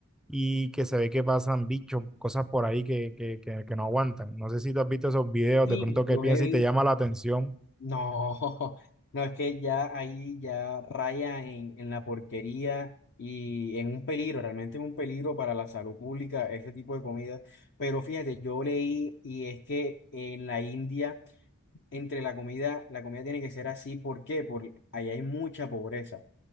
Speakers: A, in the centre; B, on the left.
A: y que se ve que pasan bichos, cosas por ahí que, que, que, que no aguantan. No sé si tú has visto esos videos,
B: Sí,
A: de pronto qué
B: los
A: piensas
B: he vi-
A: y te llama la atención
B: No, <laughs> no es que ya ahí ya raya en, en la porquería y en un peligro, realmente en un peligro para la salud pública, ese tipo de comida. Pero fíjate, yo leí y es que en la India entre la comida, la comida tiene que ser así. ¿Por qué? Porque ahí hay mucha pobreza.